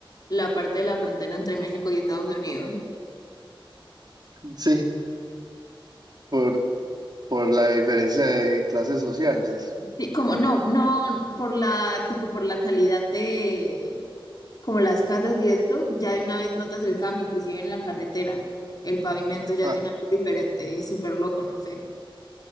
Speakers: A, on the left; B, on the right.
A: la parte de la frontera entre México y Estados Unidos.
B: Sí, por, por la diferencia de clases sociales.
A: Sí, como no, no, por la, tipo por la calidad de, como las casas y esto, ya de una vez notas el cambio, inclusive en la carretera. El pavimento ya
B: Ah,
A: es de una vez diferente y súper loco, no sé.